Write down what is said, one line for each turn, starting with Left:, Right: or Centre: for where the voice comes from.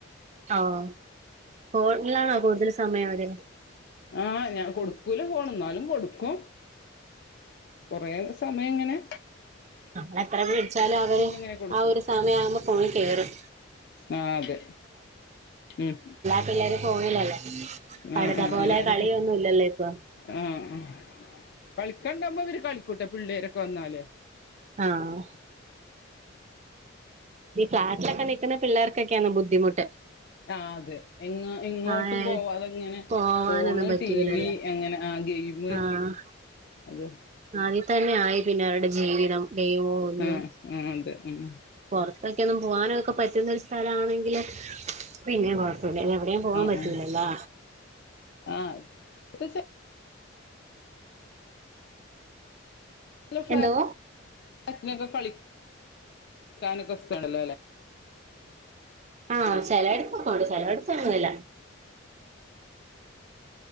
Right: ആഹ് ഫോണിൽ ആണോ കൂടുതൽ സമയം അവര്
Left: ആഹ് ഞാൻ കൊടുക്കൂല ഫോൺ എന്നാലും കൊടുക്കും കൊറെ സമയം ഇങ്ങനേ
Right: നമ്മൾ എത്ര പിടിച്ചാലും അവര്
Left: ഇങ്ങനെ കൊടുക്കും
Right: ആ ഒരു സമയം ആവുമ്പോ ഫോണിൽ കേറും
Left: ആഹ് അതെ ഉം
Right: പിള്ളേര് ഫോണിലല്ലേ പണ്ടത്തെ
Left: ആഹ് ആഹ്
Right: പോലെ
Left: എല്ലാരും
Right: കളിയൊന്നും
Left: ഫോ
Right: ഇല്ലല്ലോ ഇപ്പൊ
Left: ആഹ് കളിക്കണ്ടാവുമ്പോ ഇവര് കളിക്കൂട്ടെ പിള്ളേരൊക്കെ വന്നാല്
Right: ആഹ് ഈ ഫ്ലാറ്റിലൊക്കെ നിക്കുന്ന പിള്ളേർക്കൊക്കെയാണ് ബുദ്ധിമുട്ട്
Left: ആ അതെ എങ്ങ എങ്ങോട്ടും
Right: ആഹ്
Left: പോവാതെങ്ങനെ
Right: പോവാനൊന്നും
Left: ഫോണ്
Right: പറ്റൂലല്ലോ
Left: ടി വി അങ്ങനെ ആ ഗെയിം
Right: ആഹ്
Left: അത്
Right: അതിൽ തന്നെ ആയി പിന്നെ അവരുടെ ജീവിതം ഡേ ഒന്നും
Left: ആഹ് ആഹ് അതെ ഉം ആഹ്
Right: പുറത്തൊക്കെ ഒന്നും പോകാനൊക്കെ പറ്റുന്ന ഒരു സ്ഥല ആണെങ്കില് പിന്നെ കുഴപ്പമില്ല എവിടെേയും പോവാൻ പറ്റൂല്ലല്ലോ
Left: ആഹ് ആഹ് ഇപ്പത്തെ ല്ല ഫ്ലാറ്റിലൊക്കെ
Right: എന്തോ
Left: കള കളിക്കാനൊക്കെ സ്ഥലണ്ടല്ലോ അല്ലെ
Right: ആഹ് ചിലടുത്ത് ഉണ്ട് ചെലഎടുത്ത് ന്നൂല്ല